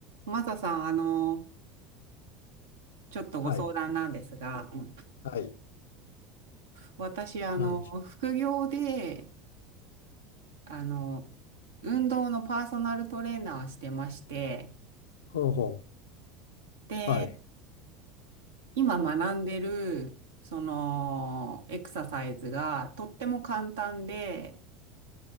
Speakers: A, on the right; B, on the left.
A: マサさん、あの、ちょっとご相談なんですが、
B: はい。
A: うん
B: はい。
A: 私、あの、
B: なんでしょう。
A: 副業で、あの、運動のパーソナルトレーナーしてまして、
B: ほうほ
A: で、
B: う。はい。
A: 今学んでる、その、エクササイズがとっても簡単で、